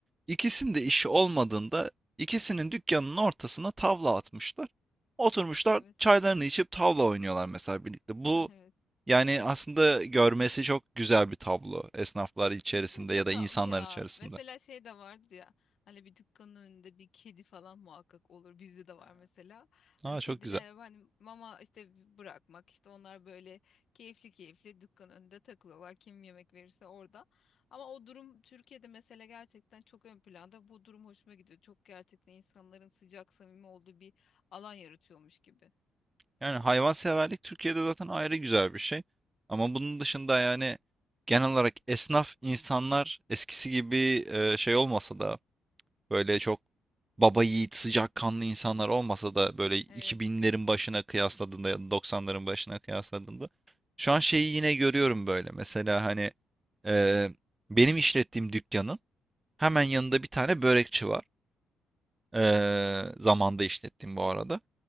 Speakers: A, on the right (about 20°); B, on the left (about 60°).
A: İkisinin de işi olmadığında ikisinin dükkanının ortasına tavla atmışlar. Oturmuşlar
B: evet.
A: çaylarını içip tavla oynuyorlar mesela birlikte.
B: <laughs>
A: Bu
B: Evet.
A: yani aslında görmesi çok güzel bir tablo esnaflar içerisinde
B: Kesinlikle
A: ya
B: tatlı
A: da insanlar
B: ya.
A: içerisinde.
B: Mesela şey de vardır ya. Hani bir dükkanın önünde bir kedi falan muhakkak olur. Bizde de var mesela.
A: Aa,
B: Hani kediler
A: çok güzel.
B: hani mama işte bırakmak işte onlar böyle keyifli keyifli dükkanın önünde takılıyorlar. Kim yemek verirse orada. Ama o durum Türkiye'de mesela gerçekten çok ön planda. Bu durum hoşuma gidiyor. Çok gerçekten insanların sıcak samimi olduğu bir alan yaratıyormuş gibi.
A: Yani hayvanseverlik Türkiye'de zaten ayrı güzel bir şey. Ama bunun dışında yani genel olarak esnaf insanlar eskisi gibi e, şey olmasa da böyle çok baba yiğit sıcakkanlı insanlar
B: Hı,
A: olmasa da böyle 2000'lerin
B: Evet.
A: başına kıyasladığında ya da 90'ların başına kıyasladığında şu
B: Hı
A: an şeyi
B: hı.
A: yine görüyorum böyle. Mesela hani e, benim işlettiğim dükkanın hemen yanında bir tane börekçi var. E, zamanda işlettiğim bu arada.